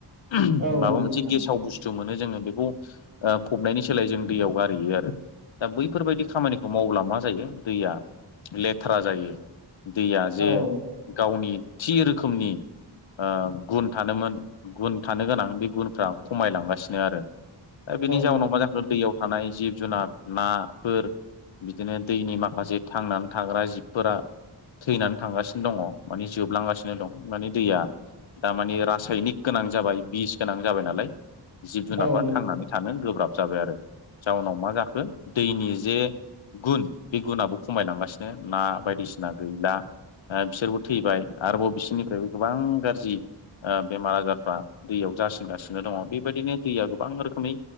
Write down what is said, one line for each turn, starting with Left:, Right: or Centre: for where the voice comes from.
Left: ओम
Right: औ
Left: माबा
Right: नंगौ
Left: मोनसे
Right: नोंथां
Left: गेसाव बुस्थु मोनो जोङो बेखौ ओ फबनायनि सोलाय जों दैयाव गारहैयो आरो दा बैफोरबायदि खामानिखौ मावब्ला मा जायो दैया लेथ्रा जायो दैया जे
Right: औ
Left: गावनि थि रोखोमनि ओ गुन थानोमोन गुन थानो गोनां बे गुनफ्रा खमायलांगासिनो आरो। दा बेनि जाउनाव
Right: नंगौ नोंथां
Left: मा जाखो दैयाव थानाय जिब जुनार नाफोर बिदिनो दैनि माखासे थांनानै थाग्रा जिबफोरा थैनानै थांगासिनो दङ' माने जोबलांगासिनो दं। माने दैया दा माने रासायनिक गोनां जाबाय, बिस गोनां जाबाय नालाय जिब जुनारा
Right: औ नंगौ
Left: थांनानै थानो गोब्राब जाबाय आरो। जाउनाव मा जाखो दैनि जे गुन बे गुनआबो खमायलांगासिनो ना बायदिसिना गैला। ओ बिसोरबो थैबाय आरोबाव बिसोरनिफ्रायबो गोबां गाज्रि ओ बेमार आजारफ्रा दैयाव जासिनगासिनो दङ बेबायदिनो दैया गोबां रोखोमै